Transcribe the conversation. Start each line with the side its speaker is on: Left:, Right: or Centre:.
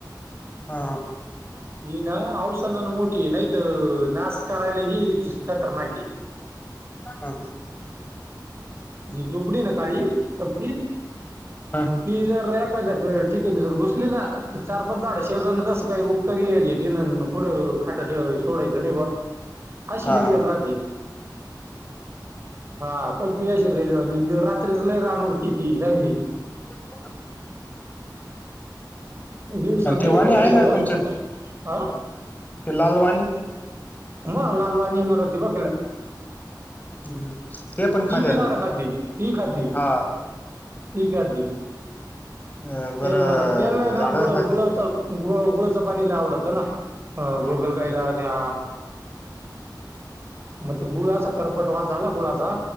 Left: हा!
Right: ही ना औसंगाण मोठी आहे नाहीत नास करायला ही खतरनाक आहे.
Left: हम्म!
Right: झोपडी ना काळी सपती
Left: हा
Right: ती जरा एखादा ठीक आहे जर घुसली ना तर चार पाच झाड शेजारण असं काही उपटायला गेलेत ती पुढं खाट ठेवा सोडायचं नाही बा. अशी
Left: हा
Right: <inaudible> राहती, हा पण तसे रेल्वे वाले रात्रीच लई रानूर किती सगळी.
Left: <inaudible>
Right: दिवसा नाही
Left: ते वाणी
Right: एवढं
Left: आहे का तुमच्याकडे
Right: <inaudible> आ?
Left: ते लालवाणी
Right: म लालवणीनी मरती <inaudible>
Left: हं हं ते पण
Right: ती
Left: खात्या
Right: बी
Left: ना
Right: झाडं खाती, ती खाती.
Left: हा
Right: ती खाती,
Left: अ बरं
Right: ते मरा तेल नाही ना
Left: झाडं
Right: गुळ
Left: खाते
Right: गुळाचा गुळ गुळाच पाणीला आवडतं ना गोगलगाईला
Left: हं हं
Right: त्या मग ते गुळा करपट वा झाला गुळाचा.